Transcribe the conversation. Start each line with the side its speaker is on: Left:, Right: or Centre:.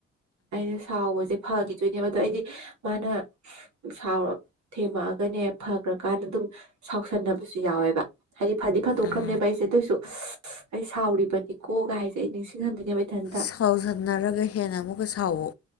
Right: ꯑꯩꯅ ꯁꯥꯎꯕꯁꯦ ꯐꯒꯤꯗꯣꯏꯅꯦꯕ ꯑꯗꯣ ꯑꯩꯗꯤ ꯃꯥꯅ ꯁꯥꯎꯔ ꯊꯦꯝꯃꯛꯑꯒꯅꯦ ꯐꯒ꯭ꯔꯀꯥꯟꯗ ꯑꯗꯨꯝ ꯁꯥꯎꯁꯟꯅꯕꯁꯨ ꯌꯥꯎꯋꯦꯕ ꯍꯥꯏꯗꯤ ꯐꯗꯤ ꯐꯥꯗꯣꯛꯈ꯭ꯔꯕꯅꯦꯕ
Left: ꯎꯝ
Right: ꯑꯩꯁꯦ ꯑꯗꯨꯑꯣꯏꯁꯨ ꯑꯩ ꯁꯥꯎꯔꯤꯕꯅꯤꯀꯣ ꯒꯥꯏꯁꯦ ꯑꯩ ꯅꯤꯡꯁꯤꯡꯍꯟꯗꯣꯏꯅꯦꯕ ꯑꯩ ꯏꯊꯟ
Left: ꯁꯥꯎꯖꯟꯅꯔꯒ ꯍꯦꯟꯅ ꯑꯃꯨꯛꯀ ꯁꯥꯎꯋꯣ